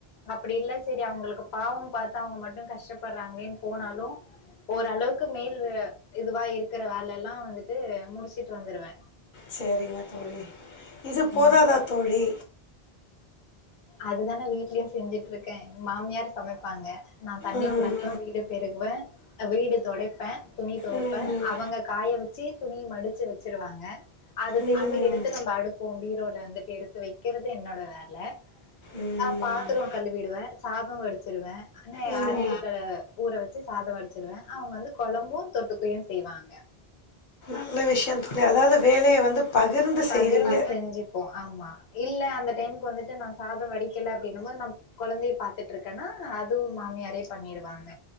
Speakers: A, on the left; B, on the left.
A: அப்டி இல்ல செரி அவங்களுக்கு பாவம் பாத்து அவங்க மட்டும் கஷ்டப்படுறாங்களேன்னு போனாலு ஓரளவுக்கு மேல் இதுவா இருக்கிற வேல எல்லா வந்துட்டு முடிச்சுட்டு வந்துடுவே.
B: சரிங்க தோழி இது போதாதா
A: ம்
B: தோழி.
A: அதுதானே வீட்லயு செஞ்சுட்டு இருக்கே மாமியார் சமைப்பாங்க. நா தண்ணி
B: ம்.
A: புடிப்பேன் வீடு பெருகுவே வீடு தொடைப்பே துணி துவப்பே
B: ம்.
A: அவங்க காய வச்சு துணி மடிச்சு வச்சிருவாங்க அத திலும்பி
B: ம்.
A: எடுத்து நம்ம அடுக்குவோ பீரோல வந்து. எடுத்து வெக்கிறது என்னோட வேல
B: ம்.
A: ஆஹ் பாத்திரோ கழுவிடுவே சாதோ வடிச்சிடுவே ஏ
B: ம்.
A: அரிசி கல ஊற வ சாதோ வடுச்சிருவே அவங்க வந்து கொழம்பு தொட்டுக்கயு செய்வாங்க.
B: நல்ல விஷயம் தோழி அதாவது வேலையை வந்து பகிர்ந்து
A: பகிர்ந்து
B: செய்றீங்க.
A: செஞ்சுப்போ ஆமா இல்ல அந்த டைமுக்கு வந்துட்டு நா சாதோ வடிக்கலை அப்டின்னும் போது நா கொகுழந்தைய பாத்துட்டு இருக்கேன்னா அதுவு மாமியாரே பண்ணிடுவாங்க.